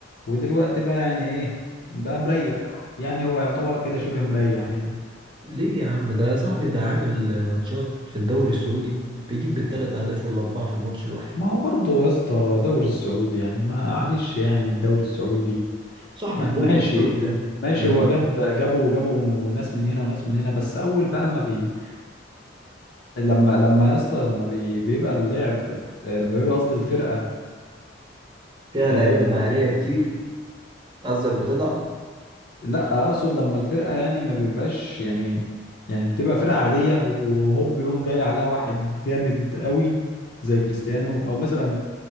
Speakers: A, on the left; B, on the right.
A: ودلوقتي بقى يعني ايه بقى مريح يعني هو يعتبر كده شبه مريح يعني
B: ليه يا عم ده يا صاحبي ده عامل ماتشات في الدوري السعودي بيجيب بالثلاث اهداف والاربعة في الماتش الواحد
A: ما هو برضه يا اسطى دوري السعودي يعني ما معلش يعني الدوري السعودي
B: صاحب
A: ما-
B: الدوري
A: ماشي
B: السعودي ده
A: ماشي
B: اللي
A: هو جاب جابوا جابوا ناس من هنا وناس من هنا بس اول بقى ما بي لما لما يا اسطى لما بي... بيبقى اللعب آه، لما بيبقى قصدي الفرقه
B: فيها
A: آه...
B: لعيبه مهاريه كتير قصدك بتضعف
A: لا اقصد لما الفرقه يعني ما بيبقاش يعني يعني بتبقى فرقه عاديه وهوب يقوم جاي عليها واحد جامد قوي زي كريستيانو او مثلا